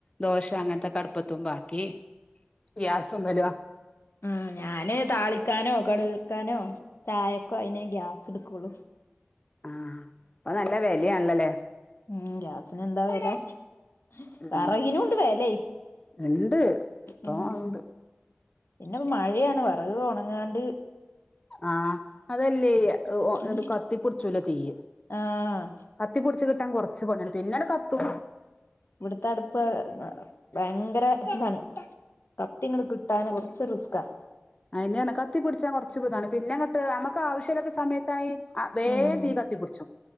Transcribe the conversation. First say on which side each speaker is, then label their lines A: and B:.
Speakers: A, on the left; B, on the left.
A: ദോശ അങ്ങനത്തൊക്കെ അടുപ്പത്ത് പ്പത്തും മ്പാക്കി ഗ്യാസുമ്മല
B: ആ ഞാന് താളിക്കാനോ കറി വെക് നോ ചായൊക്കെ അതിന് ഗ്യാസ് ഇടു സ്കൂള്
A: ആ പ്പൊ നല്ല വെലയാണല്ലോ ലെ
B: ഉം ഗ്യാസിന് <unintelligible>
A: ഉം
B: വെറകിനുണ്ട് വേലേ
A: ഇണ്ട് ഇപ്പൊ
B: ഉം
A: അതുണ്ട്
B: പിന്നെ മഴയാണ് വെറക് ഒണ ആണ്ട്
A: ആ അതല്ലേ
B: ഉം
A: കത്തിപ്പിടിച്ചൂല തിയ്യ്
B: ആഹ്
A: കത്തിപ്പിടിച്ച് കിട്ടാൻ കൊറച്ച് ച്ച് പണിയാണ് പിന്നണ്ട് കത്തും
B: ഇവിടത്തെ അടുപ്പ് ഭയങ്കര ഇതാണ്. കത്തി ഇങ്ങട് കിട്ടാന് കുറച്ച് റിസ്ക്കാ.
A: അതന്നെ കത്തി പിടിച്ചാൻ കുറച്ചു ഇതാണ് പിന്നെങ്ങട്ട് ആവശ്യമല്ലാത്ത സമയത്താണ് വേഗം
B: ആഹ്
A: തീ കത്തി പിടിച്ചു.